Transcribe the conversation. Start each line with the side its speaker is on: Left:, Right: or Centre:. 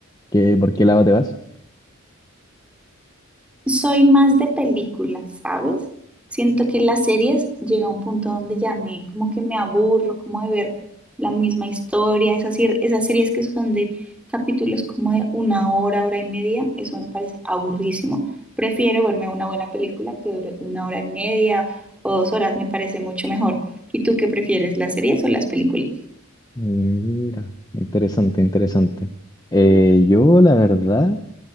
Left: ¿qué, por qué lado te vas?
Centre: Soy más de películas, ¿sabes? Siento que las series llega a un punto donde ya me, como que me aburro, como de ver la misma historia, esas, sir- esas series que son de capítulos como de una hora, hora y media, eso me parece aburrísimo. Prefiero verme una buena película que dure una hora y media o dos horas, me parece mucho mejor. ¿Y tú qué prefieres, las series o las películas?
Left: Eh, Mira, interesante, interesante. Eh, yo, la verdad,